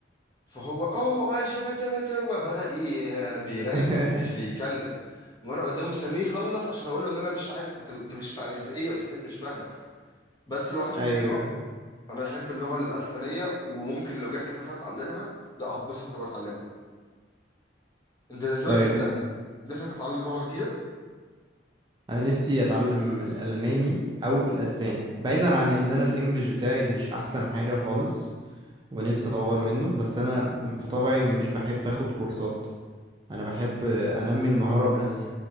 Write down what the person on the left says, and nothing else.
فهو اوه انا شفت بتر وبدا ي- بيراب
مش بيتكلم وانا قدامه مستنيه يخلص عشان اقول له ان انا مش عارف انت انت مش فاهم مش ايه يا استاذ مش فاهمك بس لغتهم
حلوه فانا بحب اللغه الاسبانيه وممكن لو جت فرصه إن أنا اتعلمها لا هتبسط وانا بتعلمها انت بالنسبه
لك انت نفسك تتعلم لغه جديده